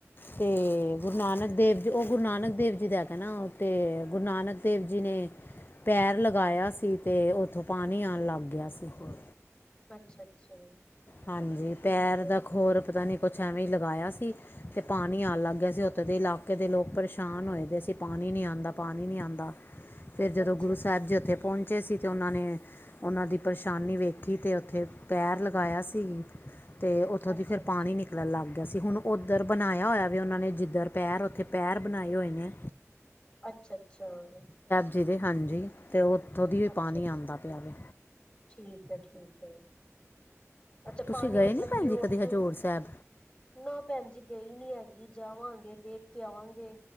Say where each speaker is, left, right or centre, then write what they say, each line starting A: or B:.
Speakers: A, on the left; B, on the left.
A: ਤੇ ਗੁਰੂ ਨਾਨਕ
B: ਅੱਛਾ ਅੱਛਾ
A: ਦੇਵ ਉਹ ਗੁਰੂ ਨਾਨਕ ਦੇਵ ਜੀ ਦਾ ਹੈਗਾ ਨਾ ਉਤੇ ਗੁਰੂ ਨਾਨਕ ਦੇਵ ਜੀ ਨੇ ਪੈਰ ਲਗਾਇਆ ਸੀ ਤੇ ਉਥੋਂ ਪਾਨੀ ਆਣ ਲਗ ਗਿਆ ਸੀ ਫੇਰ।
B: ਅੱਛਾ- ਅੱਛਾ-
A: ਹਾਂਜੀ
B: ਠੀਕ
A: ਪੈਰ
B: ਹੈ
A: ਦਾ ਖੋਰ ਪਤਾ ਨੀ ਕੁਛ ਏਵੇਂ ਲਗਾਇਆ ਸੀ। ਅਤੇ ਪਾਣੀ ਆਉਣ ਲਗ ਗਿਆ ਸੀ ਉਥੇ ਦੇ ਇਲਾਕੇ ਦੇ ਲੋਕ ਪਰੇਸ਼ਾਨ ਹੋਏ ਦੇ ਸੀ ਪਾਣੀ ਨਹੀ ਆਉਦਾ, ਪਾਣੀ ਨਹੀ ਆਉਦਾ। ਫੇਰ ਜਦੋ
B: ਅੱਛਾ
A: ਗੁਰੂ ਸਾਹਿਬ ਜੀ, ਉਥੇ ਪਹੁੰਚੇ ਅਸੀ ਤੇ ਉਹਨਾ ਨੇ ਉਹਨਾ ਦੀ ਪਰੇਸ਼ਾਨੀ ਵੇਖੀ ਤੇ ਉਥੇ ਪੈਰ ਲ ਪਾਇਆ ਸੀ ਤੇ ਉਥੋ
B: ਅੱਛਾ
A: ਦੀ ਫਿਰ
B: ਅੱਛਾ
A: ਪਾਣੀ ਨਿਕਲਣ ਲਗ ਗਿਆ ਸੀ ਹੁਣ ਉਧਰ ਬਨਾਇਆ ਹੋਇਆ ਵੇ ਉਹਨਾ ਨੇ ਜਿਧਰ ਪੈਰ ਉਥੇ ਪੈਰ ਬਨਾਏ ਹੋਏ ਨੇ
B: ਅੱਛਾ- ਅੱਛਾ-
A: ਜਿਹਦੇ ਹਾਂਜੀ ਤੇ ਉਥੋ ਦੀ ਵੀ
B: ਅੱਛਾ
A: ਪਾਨੀ ਆਉਦਾ ਪਿਆ ਵੇ
B: ਠੀਕ ਹੈ। ਠੀਕ ਹੈ। - ਅੱਛਾ
A: ਤੁਸੀਂ
B: ਪਾਨੀ
A: ਗਏ
B: ਮਤਲਬ
A: ਨਹੀਂ ਭੈਣ
B: ਕਿ
A: ਜੀ
B: ਉਹ ਉਥੇ
A: ਕਦੇ ਹਜ਼ੂਰ ਸਾਹਿਬ
B: ਨਾ ਭੈਨ ਜੀ ਗਈ ਨੀ ਹੈਗੀ ਜਾਵਾਗੇ ਦੇਖ ਕੇ ਆਵਾਗੇ।